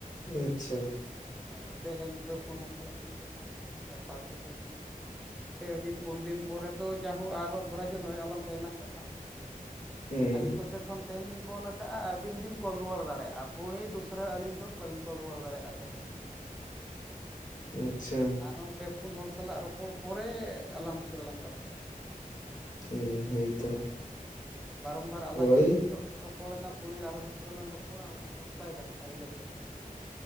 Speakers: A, on the left; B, in the centre.
A: ᱟᱪᱪᱷᱟ
B: ᱦᱳᱭ, ᱛᱮᱦᱮᱧ ᱯᱮ ᱯᱩᱱ ᱦᱚᱲ ᱥᱟᱞᱟᱜ ᱵᱤᱱ ᱠᱟᱛᱷᱟᱭ ᱱᱟ, ᱜᱟᱯᱟ ᱛᱮ ᱯᱮ ᱯᱩᱱ ᱦᱚᱲ ᱥᱟᱞᱟᱜ, ᱯᱮ ᱫᱤᱱ ᱯᱳᱱ ᱫᱤᱱ ᱯᱚᱨᱮ ᱫᱚ ᱡᱟᱭᱦᱳᱠ ᱟᱨᱦᱚᱸ ᱫᱷᱚᱨᱟ ᱡᱚᱜ ᱱᱚᱜ-ᱚᱭ ᱟᱞᱟᱝ ᱛᱮᱦᱮᱧ ᱞᱟᱝ ᱠᱟᱛᱷᱟᱜ ᱠᱟᱱᱟ,
A: ᱦᱮᱸ
B: ᱟᱞᱤᱧ ᱫᱚ ᱛᱮ ᱠᱷᱚᱱ ᱛᱮᱦᱮᱧ ᱞᱤᱧ ᱠᱚᱞ ᱟᱠᱟᱜ-ᱟ ᱟᱵᱤᱱ ᱵᱤᱱ ᱠᱚᱞ ᱨᱩᱣᱟᱹᱲ ᱫᱟᱲᱮᱜ-ᱟ ᱯᱩᱬᱤ ᱫᱩᱥᱨᱟ ᱟᱹᱞᱤᱧ ᱫᱚ ᱵᱟᱹᱞᱤᱧ ᱠᱚᱞ ᱨᱩᱣᱟᱹᱲ ᱫᱟᱲᱮᱜ-ᱟ ᱛᱮᱦᱮᱧ᱾ ᱫᱚ᱾
A: ᱟᱪᱪᱷᱟ᱾
B: ᱦᱮᱸ, ᱯᱮ ᱯᱩᱱ ᱦᱚᱲ ᱥᱟᱞᱟᱜ ᱨᱚᱯᱚᱲ ᱯᱚᱨᱮ ᱟᱞᱟᱝ ᱫᱩᱥᱨᱟ ᱞᱟᱝ ᱠᱟᱛᱷᱟ ᱫᱟᱲᱮᱜ-ᱟ᱾
A: ᱦᱮᱸ ᱦᱳᱭᱛᱚ
B: ᱱᱚᱜ-ᱱᱚᱝᱠᱟ, ᱵᱟᱨᱚᱢ ᱵᱟᱨ ᱟᱞᱟᱝ
A: ᱦᱳᱭ
B: ᱜᱮ ᱱᱤᱛᱳᱜ ᱨᱚᱯᱚᱲ ᱮᱱᱟ ᱯᱩᱬᱤ ᱟᱨ ᱦᱚᱸ ᱫᱩᱥᱨᱟ ᱞᱟᱝ ᱨᱚᱯᱚᱲᱟ ᱚᱱᱟ ᱫᱚ ᱵᱟᱭ ᱜᱟᱱᱚᱜ-ᱟ, ᱨᱤᱡᱮᱴᱚᱜ-ᱟ᱾